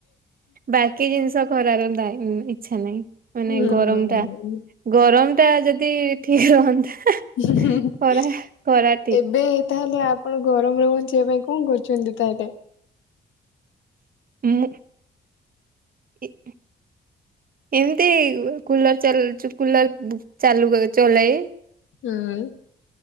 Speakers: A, on the right; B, on the left.
A: ବାକି ଜିନିଷ କରାର ନାଇଁ ଇଚ୍ଛା ନାଇଁ ମାନେ
B: ହୁଁ।
A: ଗରମଟା ଗରମଟା ଯଦି ଠିକ୍ ରହନ୍ତା
B: ହୁଁହୁଁ ହୁଁ
A: ଖରା ଖରା ଠିକ
B: ଏବେ ତାହେଲେ ଆପଣ ଗରମରୁ ବଞ୍ଚିବା ପାଇଁ କଣ କରୁଛନ୍ତି ତାହେଲେ?
A: ମୁଁ ଇ ହୁଁ। ଏମିତି କୁଲର ଚାଲ-ଚୁ କୁଲର-ବୁ ଚାଲୁ ଚଲାଏ।
B: ହୁଁ।